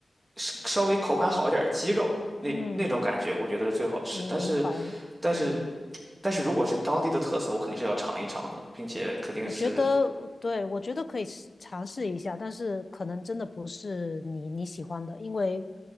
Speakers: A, on the right; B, on the left.
A: 稍稍微口感好一点儿的鸡肉那那种感觉，
B: 嗯，
A: 我觉得是最好吃。
B: 明白。
A: 但是但是
B: 嗯，
A: 但是如果是当地的特色，我肯定是要尝一尝的，并且肯定是。
B: 我觉得对，我觉得可以试尝试一下，但是可能真的不是你你喜欢的，因为